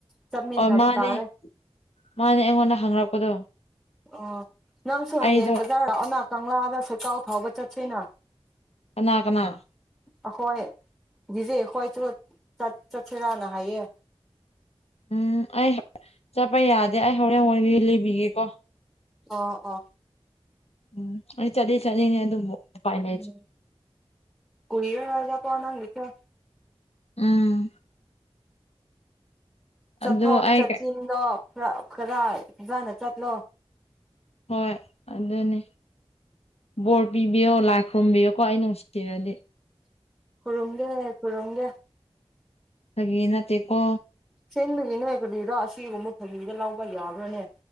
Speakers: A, in the centre; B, on the left.
A: ꯆꯠꯃꯤꯟꯅꯕ
B: ꯑꯣ ꯃꯥꯅꯦ
A: ꯇꯥꯔꯦ
B: ꯃꯥꯅꯦ ꯑꯩꯉꯣꯟꯗ ꯍꯪꯔꯛꯄꯗꯣ
A: ꯑꯣ ꯅꯪꯁꯨ ꯍꯌꯦꯡ
B: ꯑꯩꯗꯣ
A: ꯕꯖꯥꯔ ꯂꯥꯛꯑꯣꯅ ꯀꯪꯂꯥꯗ ꯁꯀꯥꯎ ꯊꯥꯎꯕ ꯆꯠꯁꯤꯅ
B: ꯀꯅꯥ ꯀꯅꯥ
A: ꯑꯈꯣꯏ ꯗꯤꯖ‌ꯦ ꯈꯣꯏꯁꯨ ꯆꯠ ꯆꯠꯁꯤꯔꯥꯅ ꯍꯥꯏꯌꯦ
B: ꯎꯝ ꯑꯩ ꯆꯠꯄ ꯌꯥꯗꯦ ꯑꯩ ꯍꯧꯔꯦꯟ ꯋꯥꯔꯤ ꯂꯤꯕꯤꯒꯦꯀꯣ
A: ꯑꯣ ꯑꯣ
B: ꯎꯝ ꯑꯩ ꯆꯠꯇꯤ ꯆꯠꯅꯤꯡꯉꯦ ꯑꯗꯨꯕꯨ ꯎꯄꯥꯏ ꯂꯩꯇ꯭ꯔꯦ
A: ꯎꯝ ꯀꯨꯏꯔꯔꯣꯏꯗ ꯀꯣ ꯅꯪꯒꯤꯁ‌ꯦ
B: ꯎꯝ
A: ꯆꯠꯊꯣꯛ
B: ꯑꯗꯨ ꯑꯩ
A: ꯆꯠꯁꯤꯟꯗꯣ ꯈꯔ ꯈꯔ ꯐꯖꯅ ꯆꯠꯂꯣ
B: ꯍꯣꯏ ꯑꯗꯨꯅꯤ ꯕꯣꯔ ꯄꯤꯕꯤꯌꯣ ꯂꯥꯏ ꯈꯨꯔꯨꯝꯕꯤꯌꯣꯀꯣ ꯑꯩ ꯅꯨꯡꯁꯤꯔꯗꯤ
A: ꯈꯨꯔꯨꯝꯒꯦ ꯈꯨꯔꯨꯝꯒꯦ
B: ꯐꯥꯒꯤ ꯅꯠꯇꯦ ꯀꯣ
A: ꯁꯦꯡꯕꯒꯤꯅꯦ ꯀꯔꯤꯔ ꯑꯁꯤꯒꯨꯝꯕ ꯐꯥꯒꯤꯗ ꯂꯧꯕ ꯌꯥꯕ꯭ꯔꯥꯅꯦ